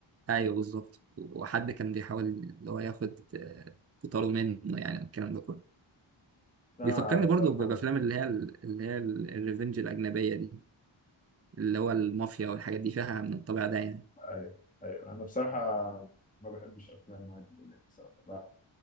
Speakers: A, on the right; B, on the left.
A: أيوه بالظبط وحد كان بيحاول اللي هو ياخد آه، قطاره منه يعني الكلام ده كله
B: بس انا
A: بيفكرني
B: الصراحه
A: برضو بافلام اللي هي ال- اللي هي ال- الريفنج الاجنبيه دي اللي هو المافيا والحاجات دي فيها من الطبيعه ده يعني
B: ايوه ايوه انا بصراحه ما بحبش افلام عادل امام الصراحه ب-